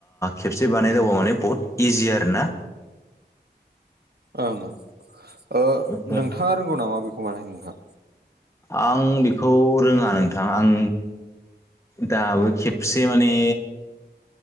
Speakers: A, on the left; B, on the right.
A: खेबसे बानायदावबा माने बहुत इजि आरोना।
B: ओं ओं
A: बेफोर।
B: नोंथाङा रोंगौ नामा बेखौ बानाय नोंथां?
A: आं बेखौ रोङा नोंथां आं दाबो खेबसे माने